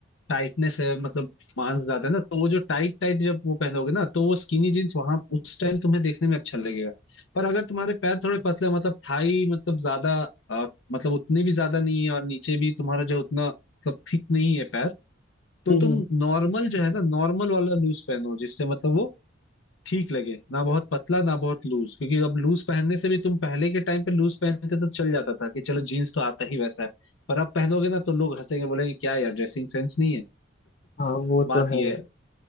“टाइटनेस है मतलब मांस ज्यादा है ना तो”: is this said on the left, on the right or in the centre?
Left